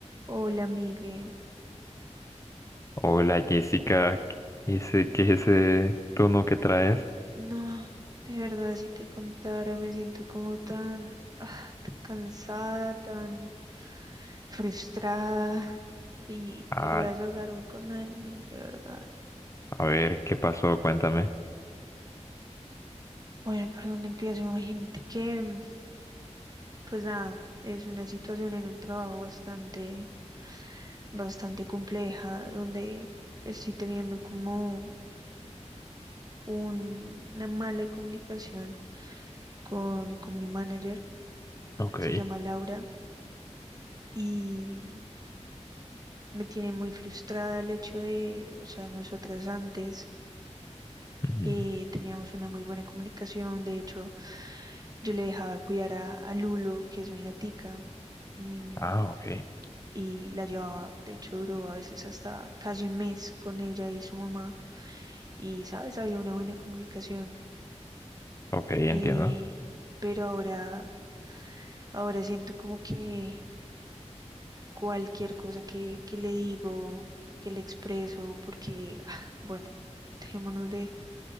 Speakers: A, on the right (about 35°); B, on the left (about 25°).
A: Hola, Miguel.
B: Hola Jessica, ese- qué es ese tono que traes?
A: No, de verdad, si te contara, me siento como tan, ah, tan cansada, tan frustrada y
B: Ay,
A: quería desahogarme con alguien, de verdad.
B: a ver, ¿qué pasó? Cuéntame.
A: Bueno, ¿por dónde empiezo? Imagínate que, mm, pues nada, es una situación en el trabajo bastante, bastante compleja, donde estoy teniendo como un- una mala comunicación con, con mi manager,
B: Ok.
A: se llama Laura, y... Me tiene muy frustrada el hecho de, o sea, nosotras antes
B: ujú.
A: eh, teníamos una muy buena comunicación. De hecho, yo le dejaba cuidar a, a Lulo, que es mi gatica, mm,
B: Ah, ok.
A: y la llevaba, de hecho, duró a veces hasta casi un mes con ella y su mamá. Y, ¿sabes? Había una buena comunicación.
B: Ok,
A: eh,
B: entiendo.
A: pero ahora, ahora siento como que cualquier cosa que, que le digo, que le expreso, porque, <laughs> ah, bueno, dejémonos de